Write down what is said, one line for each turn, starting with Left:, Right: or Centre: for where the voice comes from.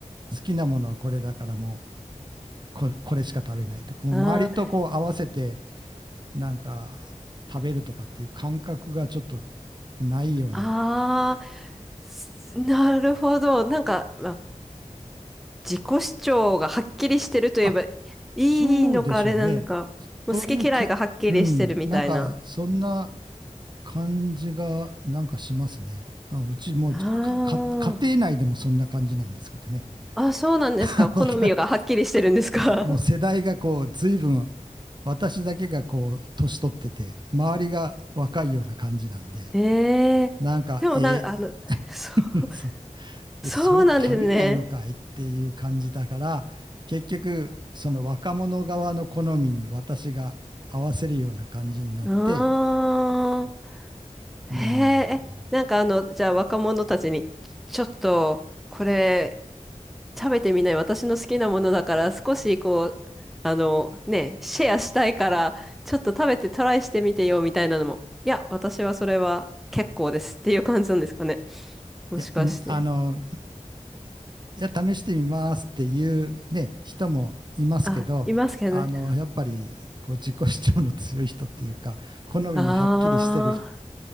Right: きなものはこれだからもうこれ、これしか食べないとか、もう周りとこう合わせて、
Centre: あ
Right: なんか食べるとかっていう感覚がちょっとないような。
Centre: あ、ああ、すなるほど。なんか、まあ、自己主張がはっきりしてるといえばいいのかあれなのか。
Right: あ、そうでしょうね。
Centre: もう好き嫌いがはっきりしてるみたいな。
Right: そそういうけ、うん、なんかそんな感じがなんかしますね。あ、うちもうか、
Centre: あ
Right: か家庭内でもそんな感じなんですけどね。
Centre: あ。あ、そうなんですか。
Right: <laughs>
Centre: 好みがはっきりしてるんですか。
Right: またこうもう世代がこう随分
Centre: <laughs>
Right: 私だけがこう年取ってて周りが若いような感じなんで
Centre: ええでもなんか、
Right: なんかえ
Centre: あの、そう、
Right: ー <laughs> そうで、
Centre: そうなんですね。
Right: それ食べないのかいっていう感じだから、結局、その若者側の好みに私が合わせるような感じになって、
Centre: ああ、
Right: うーん、
Centre: へえ、えなんかあの、じゃあ若者たちに、ちょっと、これ、食べてみない。私の好きなものだから、少しこう、あの、ね、シェアしたいから、ちょっと食べてトライしてみてよ、みたいなのも。いや、私はそれは結構ですっていう感じなんですかね。もしかして。
Right: いや、んあの、いや、試してみますっていうね、人もいますけど、
Centre: あ、いますけどね。
Right: あの、やっぱり、こう、自己主張の強い人っていうか、好みのはっきりしてる人は、
Centre: ああ、